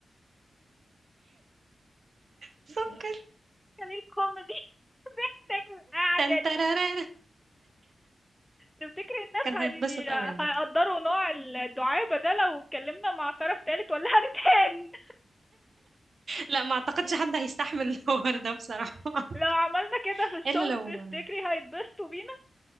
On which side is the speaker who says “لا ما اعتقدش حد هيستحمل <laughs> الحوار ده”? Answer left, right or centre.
Right